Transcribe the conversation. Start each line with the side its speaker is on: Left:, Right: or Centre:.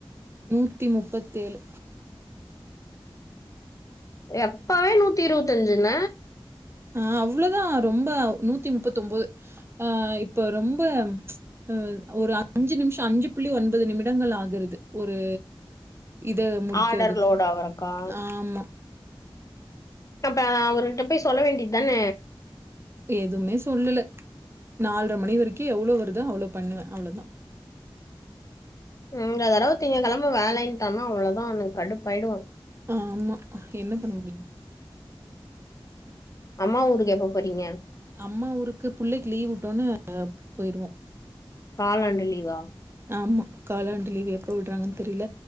Right: நூத்தி முப்பத்தேழு
Left: ஏ அப்பவே நூத்தி இருவத்தஞ்சுன்ன
Right: ஆ அவ்ளோ தா ரொம்ப நூத்தி முப்பத்தோம்போது ஆ இப்போ ரொம்ப அ ஒரு அஞ்சு நிம்ஷோ அஞ்சு புள்ளி ஒன்பது நிமிடங்கள் ஆகு இது ஒரு இத முடிக்கிறதுக்கு
Left: ஆர்டர் லோட் ஆவறக்கா
Right: ஆமா
Left: அப்ப அவர்ட்ட போய் சொல்ல வேண்டியது தான
Right: எதுமே சொல்லல நால்ர மணி வரைக்குஎவ்ளோ வருதோ அவ்ளோ பண்ணுவே அவ்ளதா
Left: இந்த தடவ திங்க கெழம வேலன்ட்டானா அவ்ளோதா கடுப்பாயிடுவே
Right: ஆமா என்ன பண்ண முடியு
Left: அம்மா ஊருக்கு எப்ப போறீங்க
Right: அம்மா ஊருக்கு புள்ளைக்கு லீவ் வுட்டோன்ன போயிருவோ
Left: காலாண்டு லீவா
Right: ஆமா காலாண்டு லீவு எப்ப விட்றாங்கன்னு தெரில